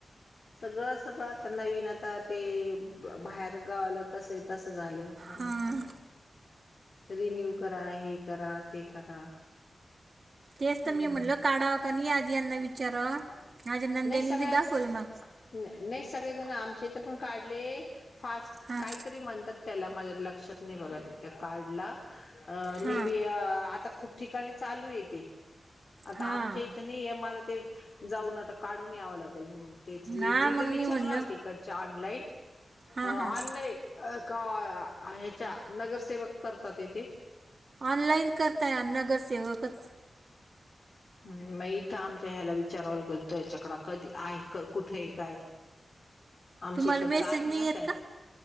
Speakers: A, on the left (about 55°); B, on the right (about 50°).
A: सगळं सगळं आता नवीन आता ते बाहेर गावाला कसं आहे तसं झालंय. अजून
B: हां
A: काय? रिन्यू करा हे करा ते करा?
B: तेच
A: हम्म
B: तर मी म्हणलो काढावं का नाही आधी यांना विचारावं, माझ्या नंदेनी
A: नाही सगळ्यां
B: बी दाखवल मा
A: नाही सगळेजण आमचे इथ पण काढले फास्ट
B: हां
A: काहीतरी म्हणतात त्याला माझ्या लक्षात नाही बघा त्या कार्डला मी
B: हां
A: बी आता खूप ठिकाणी चालू हे ते आता
B: हां
A: आमच्या इथं नाही आहे मला ते जाऊन आता काढून यावं लागेल तेच मी
B: ना
A: तिथे
B: मग
A: विचारून
B: मी म्हणलं
A: आलती कट च्या ऑनलाईन
B: हां
A: ऑनलाईन.
B: हां
A: अ का ह्याच्या नगरसेवक करतात हे ते
B: ऑनलाईन करताय नगरसेवकच.
A: ह म इथ आमच्या ह्याला विचारावं लागेल हेच्याकड कधी आहे कुठे आहे काय? आमच्या
B: तुम्हाला
A: इकडचं
B: मेसेज
A: आहे
B: नाही
A: ना
B: येत
A: त्यात.
B: का